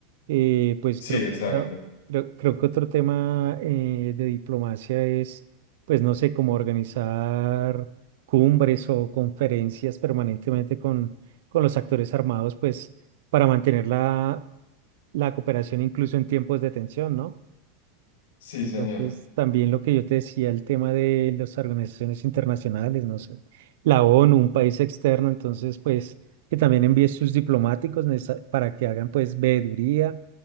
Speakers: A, on the right (about 70°); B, on the left (about 85°).
A: Eh, pues
B: sí,
A: creo
B: exacto,
A: que... Creo, creo que otro tema eh, de diplomacia es, pues no sé, cómo organizar cumbres o conferencias permanentemente con, con los actores armados, pues para mantener la, la cooperación incluso en tiempos de tensión, ¿no?
B: sí,
A: Entonces,
B: señor.
A: también lo que yo te decía, el tema de las organizaciones internacionales, no sé, la ONU, un país externo, entonces, pues que también envíe sus diplomáticos necesa- para que hagan, pues, veeduría